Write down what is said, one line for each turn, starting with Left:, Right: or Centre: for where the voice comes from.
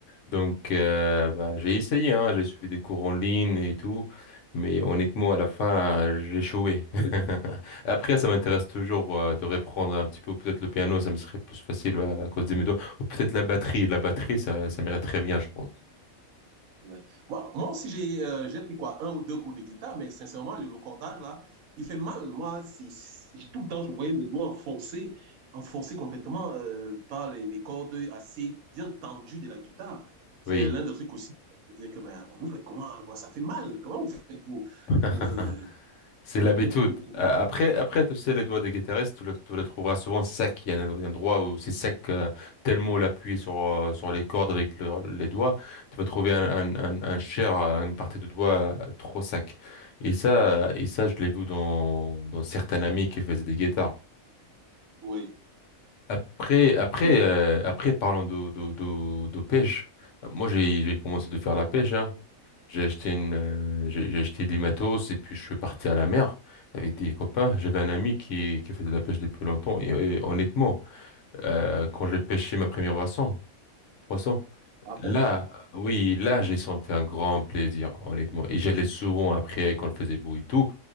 Left: Donc euh, bah, j'ai essayé hein, j'ai suivi des cours en ligne et tout, mais honnêtement
Right: Ouais.
Left: à la fin j'ai échoué. <laughs> Après ça m'intéresse toujours euh, de reprendre un petit peu peut-être le piano, ça me serait plus facile ouais, à cause de mes doigts ou peut-être la batterie, la batterie ça ça m'irait très bien je pense.
Right: Ouais. Moi, moi aussi, j'ai euh, j'ai pris quoi, un ou deux cours de guitare, mais sincèrement, le, le cordage, là, il fait mal. Moi, si c'est- tout le temps, je voyais mes doigts enfoncés, enfoncés complètement euh, par les, les cordes assez bien tendues de la guitare. C'est
Left: Oui.
Right: l'un des trucs aussi. Dire que, ben, vous faites comment? Moi, ça fait mal. Comment vous faites pour...
Left: <laughs>
Right: pour euh,
Left: C'est
Right: <laughs>
Left: l'habitude. A- Après, après, tu sais, les doigts des guitaristes, tu le, tu le trouveras souvent sec. Il y a un, un endroit où c'est sec, euh, tellement l'appuyer sur, euh, sur les cordes avec le- les doigts, tu vas trouver un, un, un, un chair, euh, une partie de doigt euh, trop sec. Et ça, et ça, je l'ai vu dans, dans certains amis qui faisaient des guitares.
Right: Oui.
Left: Après, après,
Right: Non.
Left: euh, après, parlons de, de, de, de pêche. Moi, j'ai, j'ai commencé de faire la pêche, hein. J'ai acheté une, euh, j'ai j'ai acheté des matos et puis je suis parti à la mer avec des copains. J'avais un ami qui, qui faisait de la pêche depuis longtemps et, euh, honnêtement, euh, quand j'ai pêché ma première poisson, poisson,
Right: Ah
Left: là,
Right: bon
Left: oui, là, j'ai senti un grand plaisir, honnêtement. Et j'allais souvent après quand il faisait beau et tout.